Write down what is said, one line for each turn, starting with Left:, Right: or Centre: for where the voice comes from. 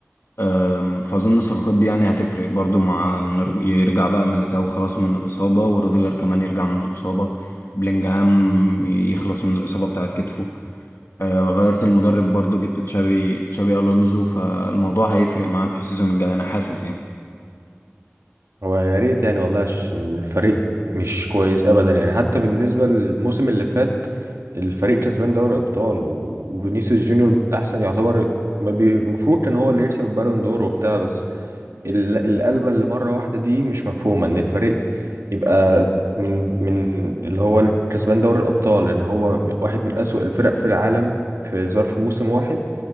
Left: أم، فاظن الصفقات دي يعني هتفرق برضو مع إن رج- يرجع بقى ميليتاو خلاص من الاصابه وروديجر كمان يرجع من الاصابه بلينجهام يخلص من الاصابه بتاعت كتفه أه، غيرت المدرب برضو جبت تشابي تشابي الونزو فالموضوع هيفرق معاك في السيزون الجاي انا حاسس يعني
Right: هو يا ريت يعني والله عشان الفريق مش كويس ابدا يعني حتى بالنسبه للموسم اللي فات الفريق كسبان دوري ابطال و- وفينيسيوس جونيور احسن يعتبر ما بي- المفروض كان هو اللي يكسب البالون دور وبتاع بس ال- القلبه اللي مره واحده دي مش مفهومه ان الفريق يبقى من من اللي هو الكسبان دوري الابطال ان هو واحد من اسوأ الفرق في العالم في ظرف موسم واحد